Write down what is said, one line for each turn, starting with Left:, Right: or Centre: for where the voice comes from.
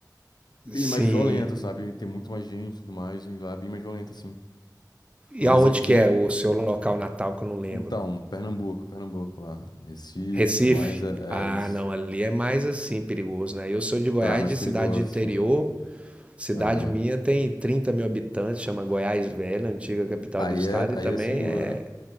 Left: bem
Right: sim.
Left: mais violento, sabe? Tem muito mais gente e tudo mais, e lá é bem mais violento, assim. Mas
Right: E aonde
Left: aqui,
Right: que é o seu local natal que eu não lembro?
Left: Então, Pernambuco, Pernambuco lá. Recife,
Right: Recife?
Left: tudo mais, é,
Right: Ah,
Left: é isso.
Right: não, ali é mais assim perigoso, né? Eu sou de Goiás,
Left: Tá, mais
Right: de
Left: perigoso,
Right: cidade de interior.
Left: sim.
Right: Cidade
Left: Aham.
Right: minha tem 30 mil habitantes, chama Goiás Velha, antiga capital
Left: Aí
Right: do estado,
Left: é, aí
Right: e também
Left: é seguro.
Right: é,